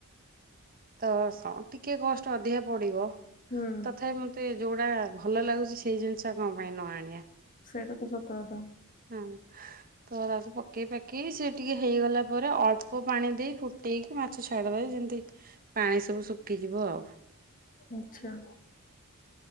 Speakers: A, on the right (about 40°); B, on the left (about 40°).
A: ତ ଟିକେ କଷ୍ଟ ଅଧିକା ପଡିବ।
B: ହୁଁ
A: ତଥାପି ମତେ ଯୋଉଟା ଭଲ ଲାଗୁଛି ସେଇ ଜିନିଷ କଣ ପାଇଁ ନ ଆଣିବା।
B: ସେଇଟା ତ ସତକଥା।
A: ହଁ ତ ତାକୁ ପକେଇ ପକେଇ ସେ ଟିକେ ହେଇଗଲା ପରେ ଅଳପ ପ ପାଣି ଦେଇ ଫୁଟେଇକି ମାଛ ଛାଡ଼ିଦବା ଯେମିତି ପାଣି ସବୁ ଶୁଖିଯିବ ଆଉ।
B: ଆଛା